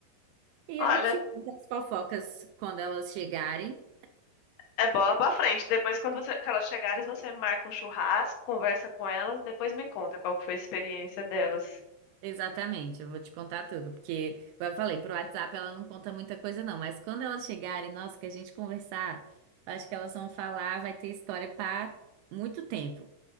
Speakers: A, on the right (about 80°); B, on the left (about 75°).
A: E
B: Olha,
A: eu te conto as fofocas quando elas chegarem.
B: É bola pra frente. Depois, quando você- que elas chegarem, você marca um churrasco, conversa com elas, depois me conta qual que foi a experiência delas.
A: Exatamente, eu vou te contar tudo, porque, como eu falei, pro WhatsApp ela não conta muita coisa não, mas quando elas chegarem, nossa, que a gente conversar, eu acho que elas vão falar, vai ter história para muito tempo,